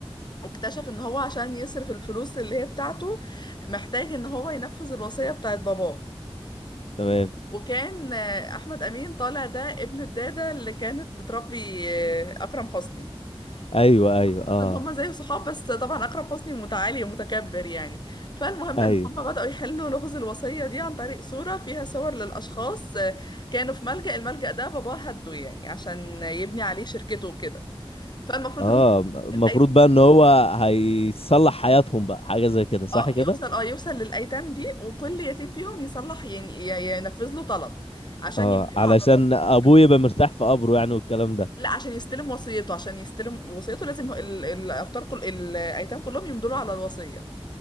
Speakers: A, on the left; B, on the left.
A: واكتشف ان هو عشان يصرف الفلوس اللي هي بتاعته محتاج ان هو ينفذ الوصية بتاعت باباه
B: تمام
A: وكان آه، احمد امين طالع ده ابن الدادة اللي كانت بتربي آه، اكرم حسني
B: ايوه
A: المفروض
B: ايوه اه
A: ان هما زي صحاب بس طبعا اكرم حسني متعالي ومتكبر يعني فالمهم
B: ايوه
A: ان هما بدأوا يحلوا لغز الوصية دي عن طريق صورة فيها صور للاشخاص آه، كانوا في ملجأ الملجأ ده باباه هده يعني عشان يبني عليه شركته وكده فالمفروض
B: اه
A: ان
B: المفروض
A: هما
B: بقى ان هو هيصلح حياتهم بقى حاجة زي كده صح
A: اه
B: كده
A: يوصل اه يوصل للأيتام دي وكل يتيم فيهم يصلح يعني ي- ينفذ له طلب عشان
B: اه
A: يمدله
B: علشان
A: على الوصية
B: ابويا يبقى مرتاح في قبره يعني والكلام ده
A: لا عشان يستلم وصيته عشان يستلم وصيته لازم ال- الأبطال كل الأيتام كلهم يمدلوا على الوصية